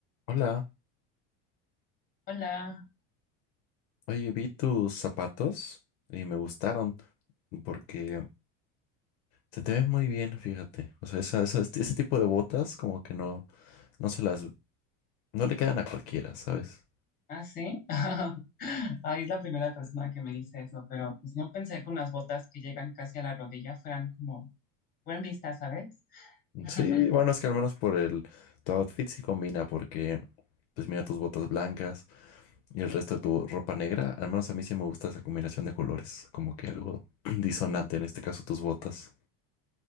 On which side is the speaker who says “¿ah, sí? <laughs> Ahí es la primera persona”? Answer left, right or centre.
Left